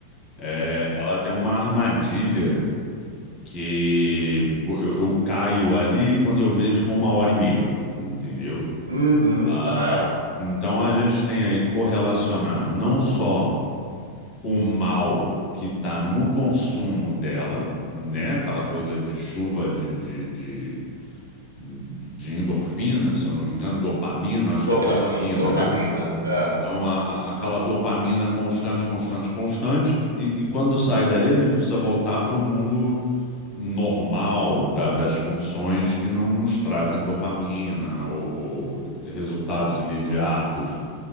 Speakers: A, on the left; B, on the right.
A: é ela tem uma armadilha que vo- eu, eu caio ali quando eu vejo foi uma hora e meia, entendeu?
B: Uhum.
A: Ah,
B: É.
A: então a gente tem aí correlacionado não só o mal que está no consumo dela, né? Aquela coisa de chuva de, de, de, de endorfina, se eu não me engano, dopamina, acho
B: Dopamina,
A: que é dopamina,
B: dopamina.
A: né?
B: É.
A: Então, a, a- aquela dopamina constante, constante, constante. E, e quando sai dali, a gente precisa voltar para o mundo normal da- das funções que não nos trazem dopamina ou, ou resultados imediatos.